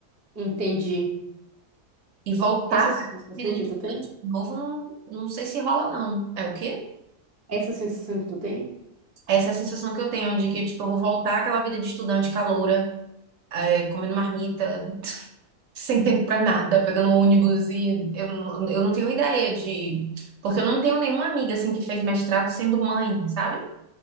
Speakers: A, on the right; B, on the right.
A: entendi.
B: e voltar
A: Essa
B: para
A: sensação
B: a vida de
A: que
B: estudante
A: tu tem?
B: de novo, não, não sei se rola, não. É o quê?
A: Essa sensação que tu tem?
B: Essa é a sensação que eu tenho de que, tipo, eu vou voltar àquela vida de estudante caloura, é, comendo marmita, sem tempo pra nada, pegando um ônibus e eu, não- eu não tenho ideia de... Porque eu não tenho nenhuma amiga, assim, que fez mestrado sendo mãe, sabe?